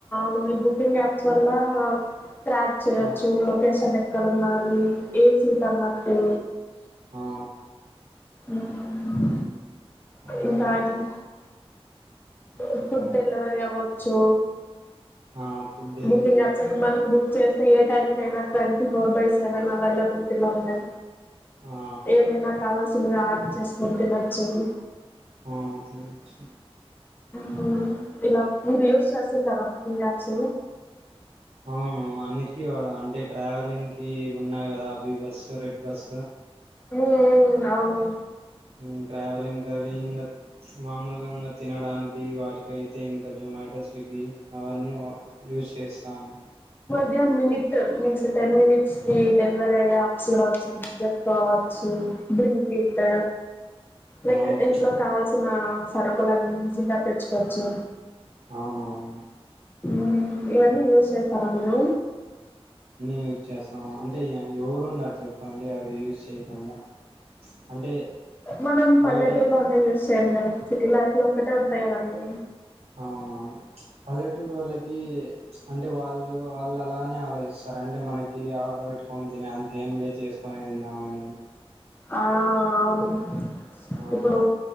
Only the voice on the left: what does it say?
లోంలి బుకింగ్ యాప్స్ వల్లా ట్రాక్ చేయొచ్చు
లొ కేషన్ ఎక్కడ ఉన్నాదీ, ఏ సీట్ అన్నట్టూ.
ఊమ్
ఇంకా అది
ఇప్పుడు డెలివరి అవ్వొచ్చు
బుకింగ్ ఆప్స్ ఇంగ మనం బుక్ చేస్ ఏ టైం కైనా ట్వంటీ ఫోర్ బై సెవెన్ అవైలబిలిటీలో ఉంటాయి.
ఏదైనా కావల్స్ సులే ఆర్డర్ చేసుకుంటే వచ్చేవి
హూమ్, ఇలా వీడియోస్ చేస్తుంటారా బుకింగ్ యాప్స్
ఊ ఉ అవును
ధ్య మినిట్ట్ మీన్స్ టెన్ మినిట్స్ కి డెలివరీ అయ్యే యాప్స్ గూడా ఒచ్చాయ్. ఈ మధ్య <unintelligible> బ్లింకిట్, లైక్
ఇంట్లో కావాల్సినా సరుకులన్నీ ఈజీగా తెచ్చుకోవచ్చు.
ఊమ్ ఇవన్నీ యూస్ చేస్తారా మీరు
మనం పల్లెటూరులో
ఒంట ఏస్ <unintelligible> గదా సిటీ లైఫ్ లో ఒక్కటే ఉంటాయ్ అవన్నీ
ఆ అవును
ఇప్పుడు